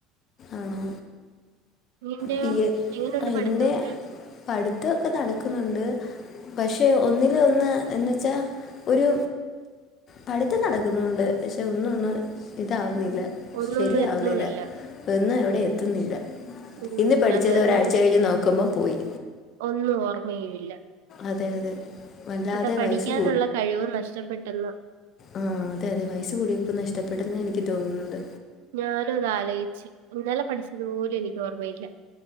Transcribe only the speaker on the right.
നിന്റെയോ
എങ്ങനെയുണ്ട് പഠിത്തമൊക്കെ
ഒന്നൊന്നും
എത്തുന്നില്ല
ഉം
അത് തന്നെ
ഇവിടെ
ഒന്നും ഓർമ്മയും ഇല്ല
അത പഠിക്കാനുള്ള
കഴിവും നഷ്ടപ്പെട്ട്ന്ന്
ഞാനും അത് ആലോയിച്ച് ഇന്നലെ പഠിച്ചതുപോലും എനിക്ക് ഓർമ്മയില്ല